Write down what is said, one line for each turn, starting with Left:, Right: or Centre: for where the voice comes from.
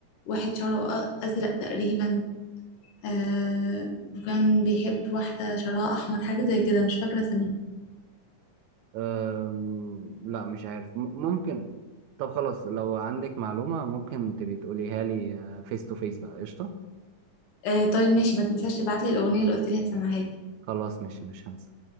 Left: واحد شعره أ- ازرق تقريبا آه، وكان بيحب واحدة شعرها أحمر حاجة زي كده مش فاكرة اسمها
Right: أم... لا مش عارف م... ممكن طب خلاص لو عندك معلومة ممكن تبي تقوليها لي فيس تو فيس بقى قشطة
Left: آه طيب ماشي ما تنساش تبعت لي الأغنية اللي قلت لي هتسمعها لي
Right: خلاص ماشي مش هنسى